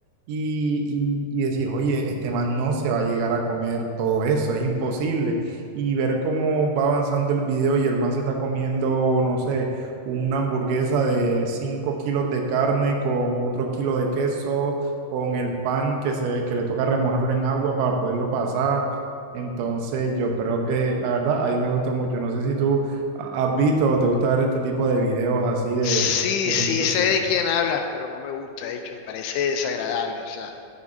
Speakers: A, on the right; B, on the left.
A: y, y, y decir, oye, este man no se va a llegar a comer todo eso, es imposible. Y ver cómo va avanzando el video y el man se está comiendo, no sé, una hamburguesa de 5 kilos de carne con otro kilo de queso, con el pan que se ve que le toca remojarlo en agua para poderlo pasar entonces, yo creo que la verdad, a mí me gustó mucho. No sé si tú ha- has visto o te gusta ver este tipo de videos así de,
B: Sí,
A: de
B: sí
A: gente así.
B: sé de quién hablas, pero no me gusta, de hecho, me parece desagradable, o sea,